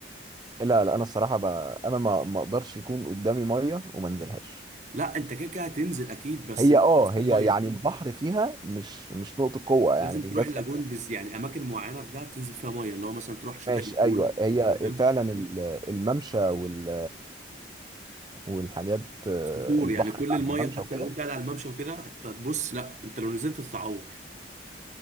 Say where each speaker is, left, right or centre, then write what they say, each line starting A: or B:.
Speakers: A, on the right; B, on the right.
A: لا لا انا الصراحة بقى انا ما ما اقدرش يكون قدامي مية وما انزلهاش
B: لا انت كده كده هتنزل اكيد بس
A: هي
B: مش
A: اه
B: احسن
A: هي
B: ميه
A: يعني البحر فيها مش مش نقطة قوة يعني
B: لازم
A: بالذات
B: تروح اللاجون
A: لان
B: بز يعني اماكن معينه في دهب تنزل فيها ميه اللي هو مثلا تروح شاطئ
A: ماشي
B: اللاجون
A: ايوه هي
B: فاهم
A: فعلا ال- الممشى وال والحاجات آه،
B: صخور
A: البحر
B: يعني كل
A: اللي
B: الميه
A: عند الممشى
B: حتى
A: وكده
B: لو انت قاعد على الممشى وكده هت- هتبص لا انت لو نزلت تتعور